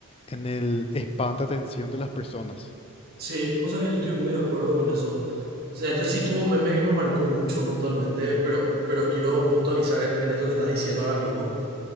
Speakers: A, on the left; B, on the right.
A: en el espanto atención de las personas.
B: sí, vos sabés que yo estoy muy de acuerdo con eso. O sea, yo sí tuve un meme que me marcó mucho puntualmente, pero, pero quiero puntualizar en, en esto que estás diciendo ahora mismo.